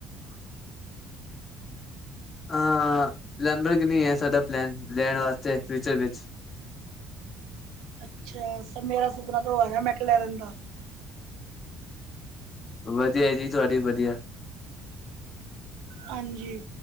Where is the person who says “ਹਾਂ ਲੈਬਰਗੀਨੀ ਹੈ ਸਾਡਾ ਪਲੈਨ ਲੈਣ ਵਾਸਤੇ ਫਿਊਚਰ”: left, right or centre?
Left